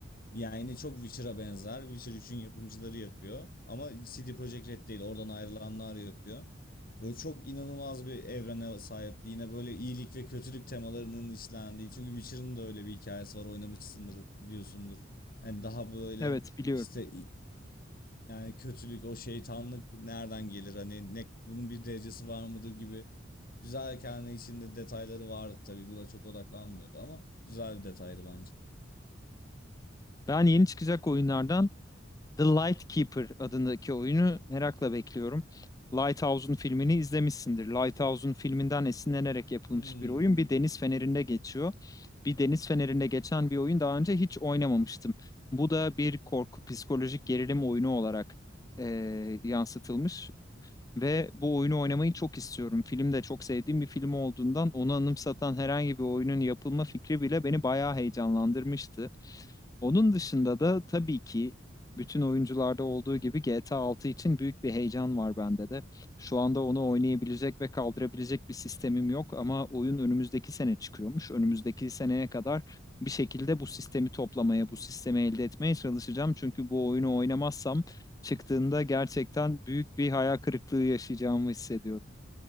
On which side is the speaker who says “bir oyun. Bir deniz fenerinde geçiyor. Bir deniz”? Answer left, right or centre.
Left